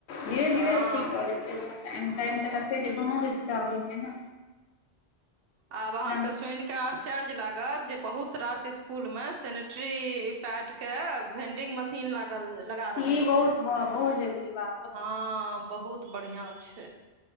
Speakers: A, on the left (about 85°); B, on the right (about 70°).
A: धीरे
B: हँ
A: धीरे अथी कऽ छै म टाइम तऽ रखै छै दुनू रिश्ता होइ छै ने
B: आब अहाँके
A: जन
B: सुनि के आश्चर्य लागत जे बहुत रास इसकुलमे सेनेटरी पैड के वेंडिंग मशीन लाग लगा
A: ई
B: रहल छै
A: बहुत बहुत जरूरी बा
B: हँ बहुत बढ़िया छै